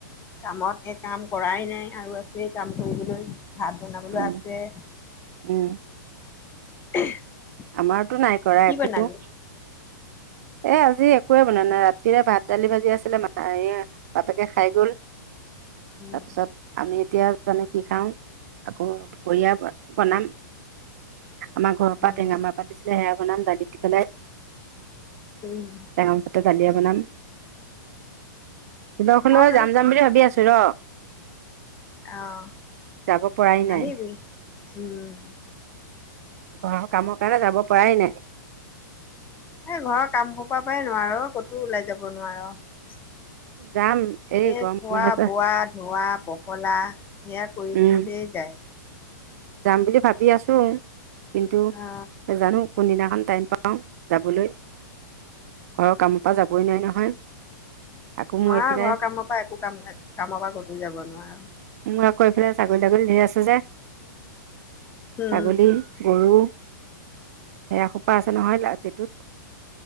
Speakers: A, on the left (about 20°); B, on the right (about 50°).
A: কামত, এই কাম কৰাই নাই আৰু আছে কাম কৰিবলৈ। ভাত বনাবলৈ
B: উম
A: আছে।
B: উম
A: <unintelligible>
B: আমাৰ টো নাই কৰা
A: কি
B: একো।
A: বনাবি?
B: এ আজি একোৱে বনা নাই ।ৰাতিৰে ভাত-দালি ভাজি আছিলে ম এই বাপেকে খাই গল।
A: উম,
B: তাৰপিছত আমি এতিয়া জানো কি খাওঁ? আকৌ দুপৰীয়া বনাম। আমাৰ ঘৰ পৰা
A: উম,
B: টেঙামাৰ পৰা দিছিলে, সেয়া বনাম দালি দি পেলাই।
A: উম,
B: তেঙৰ পাতৰ দলিয়ে বনাম। <unintelligible>
A: মই জানো
B: যাম যাম বুলি ভাবি আছো ৰ।
A: আহ,
B: যাব পৰাই নাই
A: আহিবি। উম।
B: ঘৰৰ কামৰ কাৰণে যাব পৰাই নাই।
A: এ ঘৰৰ কাম সোপা পৰাই নোৱাৰো ক'তো ওলাই যাব নোৱাৰ।
B: যাম
A: এই
B: গৰম
A: খোৱা-বোৱা-ধোৱা
B: বন্ধতে
A: পখলা সেয়া কৰি
B: উম
A: থাকোতেই যায়।
B: যাম বুলি ভাবি আছো। কিন্তু
A: অ
B: জানো কোনদিনাখন টাইম পাওঁ যাবলৈ ঘৰৰ কামৰ পৰা যাবই নোৱাৰি নহয়। আকৌ মোৰ
A: হয়
B: এইফালে
A: ঘৰৰ কামৰ পৰা একো কাম -কামৰ পৰা কতো যাব নো নোৱাৰ।
B: মই আক এইফালে ছাগলী -তাগলী ধেৰ আছে যে।
A: উম
B: ছাগলী, গৰু সেয়া সোপা আছে নহয় লাতিটোত।